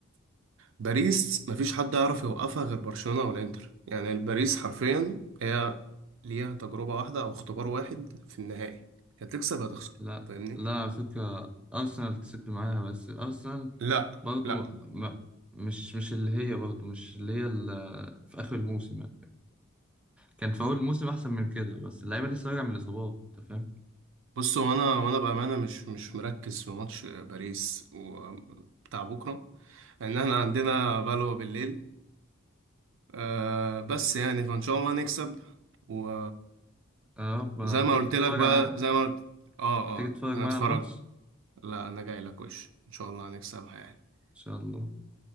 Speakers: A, on the right (about 65°); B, in the centre.
A: باريس مفيش حد يعرف يوقفها غير برشلونة او الانتر يعني الباريس حرفيا هي ليها تجربة واحدة او اختبار واحد في النهائي يا تكسب يا تخسر
B: لا
A: فاهمني
B: لا على فكرة أرسنال تسد معاها بس أرسنال
A: لا
B: برضه
A: لا
B: ما... ما... مش مش اللي هي برضه مش اللي هي ال... في آخر الموسم يعني كان في أول الموسم أحسن من كده بس اللعيبة لسه راجعة من الإصابات أنت فاهم؟
A: بص هو انا وانا بامانه مش مش مركز في ماتش باريس وبتاع بكره لان احنا عندنا بلوه بالليل أه بس يعني فان شاء الله نكسب و...
B: يا رب
A: وزي ما
B: تيجي
A: قلت
B: تتفرج
A: لك بقى
B: على
A: زي ما قلت اه
B: تيجي
A: اه
B: تتفرج
A: هنتفرج
B: معايا على الماتش
A: لا انا جاي لك وش ان شاء الله هنكسبها يعني
B: إن شاء الله